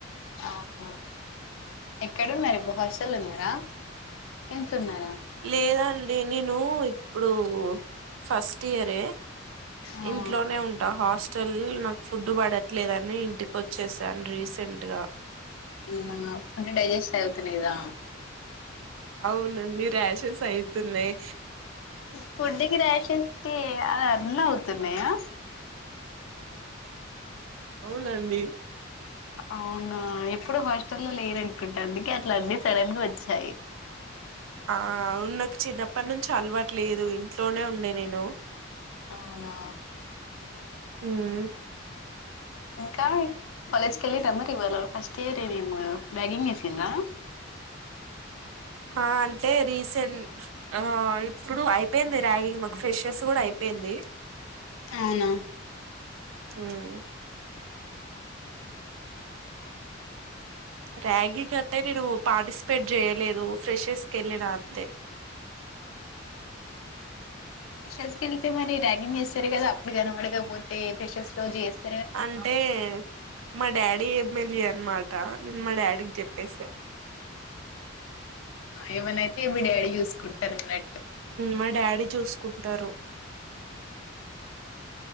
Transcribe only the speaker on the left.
ఆవునా ఎక్కడున్నారు ఇప్పుడు హాస్టల్ లో ఉన్నారా ఇంట్లున్నారా
ఆ
ఏమన్నా ఫుడ్ డైజెస్ట్ ఆవుతులేదా
ఫుడ్ కి రాషస్ కి కాదు అన్నీ అవుతున్నాయా
అవునా ఎప్పుడూ హాస్టల్ లో లేరు అనుకుంటా అందుకే అట్లా అన్నీ సడన్ గా వచ్చాయి
అవునా
ఇంకా కాలేజ్ కెళ్లి అమరి ఇవ ఫస్ట్ ఇయర్ ని ర్యాగింగ్ చేసిరా
అవునా
ఫ్రెషర్స్ కి వెళ్తే మరి ర్యాగింగ్ చేస్తారు కదా అప్పుడు కనపడకపోతే ఫ్రెషర్స్ రోజు చేస్త
ఏమన్నై ఫేమిడాడి చూసుకుంటారు లే